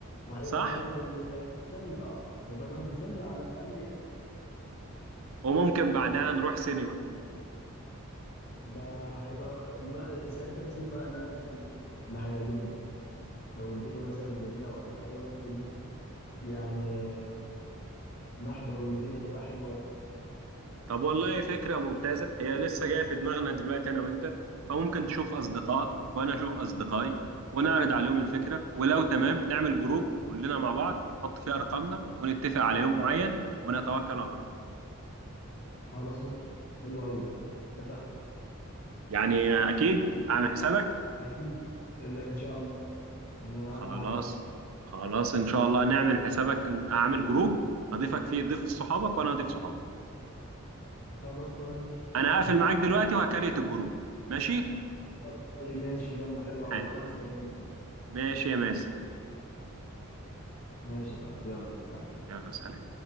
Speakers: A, on the left (about 50°); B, on the right (about 70°).
A: وهيبقى
B: صح
A: الواحد م- اتسلى اه هيبقى الواحد اتسلى على الاقل يعني
B: وممكن بعدها نروح سينما
A: ده هيبقى ما... ساعتها نشوف بقى اللي انهي فيلم اللي هيعجبنا لو الدنيا مثلا جميله ولا حاجه ممكن ايه يعني آه، نحضر والدنيا تبقى حلوه يعني
B: طب والله فكرة ممتازة هي لسه جاية في دماغنا دلوقتي أنا وأنت فممكن تشوف أصدقائك وأنا أشوف أصدقائي ونعرض عليهم الفكرة ولو تمام نعمل جروب كلنا مع بعض نحط فيه أرقامنا ونتفق على يوم معين ونتوكل على الله
A: خلاص ماشي حلو قوي ده اتفقنا
B: يعني أكيد أعمل حسابك
A: اكيد لا ان شاء الله ما
B: خلاص
A: انا معاك
B: خلاص إن شاء الله نعمل حسابك إن- أعمل جروب هضيفك فيه ضيف صحابك وأنا هضيف صحابي
A: خلاص تمام ماشي
B: أنا
A: اتفقنا
B: هقفل معاك دلوقتي وهكريت الجروب ماشي
A: خلاص إيه، ماشي يلا حلو قوي
B: حال
A: وانا مستنيك اهو
B: ماشي يا مازن
A: ماشي صح يلا سلام
B: يلا سلام